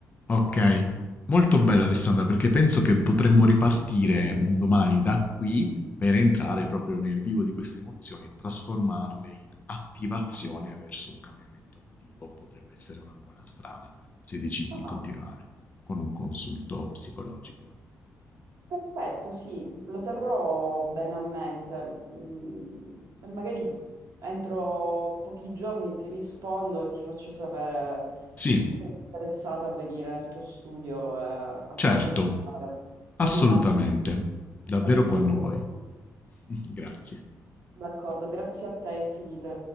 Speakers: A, on the left; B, on the right.
A: Okay.
B: Eh,
A: Molto bello Alessandra, perché penso che potremmo ripartire un domani da qui, per entrare proprio nel vivo di queste emozioni e trasformarle in attivazione verso un cambiamento attivo. Potrebbe essere una buona strada se decidi
B: ah,
A: di continuare con un consulto psicologico.
B: Perfetto, sì, lo terrò bene a mente. Mm, e magari entro pochi giorni ti rispondo e ti faccio sapere
A: Sì,
B: se sono interessata a venire nel tuo studio e a
A: certo,
B: partecipare ad
A: assolutamente,
B: una,
A: davvero
B: ad un
A: quando
B: primo
A: vuoi.
B: corso.
A: <laughs> Grazie.
B: D'accordo, grazie a te infinite.